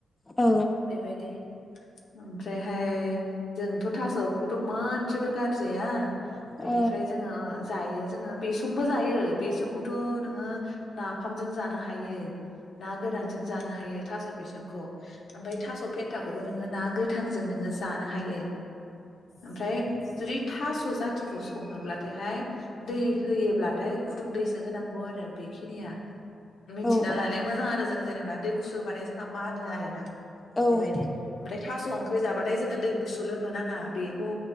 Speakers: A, on the left (about 20°); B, on the left (about 70°).
A: औ
B: बेबायदि ओमफ्राय फाय जोंथ थासखौथ मोनसेबो गारजोब जाया बेनिफ्राय
A: औ
B: जोङो जायो जोङो बेसंबो जायो बेसंखौथ नोङो नाफामजों जानो हायो। ना गोरानजों जानो हायो थास बिसंखौ ओमफ्राय थास फेनथाखौबो नों ङो ना गोथांजों नोङो जानो हायो। ओमफ्राय जुदि थास जाथिखौ सङोब्लाथाय हाय दै होयोब्लाथाय गुदुं दैसो होनांगौ आरो बे खिनिया मिथिना
A: औ
B: लानाया मोजां आरो जों जेनेबा दै गुसु होबथाय जोंहा मानो आरोना
A: औ औ
B: बेबायदि ओमफ्राय थास ओंख्रि जाबाथाय जोङो दै गुसु लोंनो नाङा बेखौ